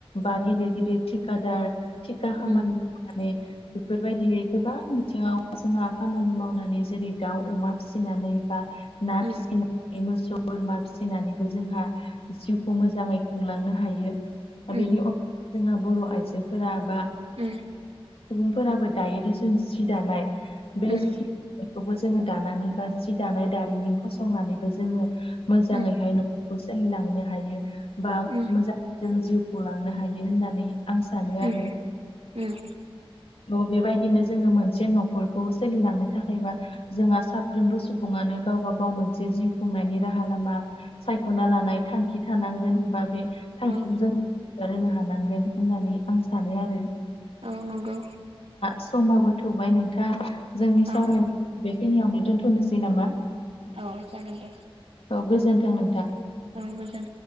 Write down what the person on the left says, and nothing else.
बा गिदिर गिदिर थिखादार <unintelligible>
बेफोरबायदियै गोबां बिथिङाव जोंहा खामानि मावनानै जेरै दाउ अमा फिसिनानै बा ना
फिसिनानै मोसौ बोरमा फिसिनानैबो जोंहा जिउखौ मोजाङै खुंलांनो हायो
बेनि अनगायै जोंहा बर' आइजोफोरा बा
सुबुंफोराबो दायो दिसुन सि दानाय बे
सि बेखौबो जोङो दानानै बा सि दानाय दारिमिन फसंनानैबो जोङो मोजाङैहाय
सोलिलांनो हायो बा
मोजां जों जिउखौ लांनो हायो होननानै आं सानो
आरो
थ' बेबायदिनो जोङो मोनसे न'खरखौ सोलिलांनो थाखायबा जोंहा साफ्रोमबो सुबुङानो गावबा गाव मोनसे जिउ खुंनायनि राहा लामा सायख'ना लानाय थांखि थानांगोन बा बे थांखिखौ
जों <unintelligible> हानांगोन होननानै आं सानो आरो
समाबो थुबाय नोंथां जोंनि सावरायनायखौ
बेखिनियावनो दोन्थ'नोसै नामा
औ गोजोन्थों नोंथां